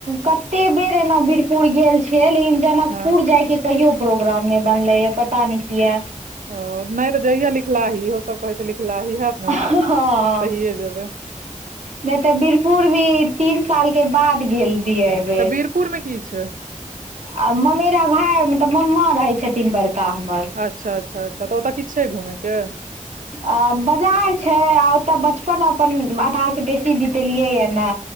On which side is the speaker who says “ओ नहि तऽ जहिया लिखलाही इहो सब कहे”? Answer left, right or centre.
Right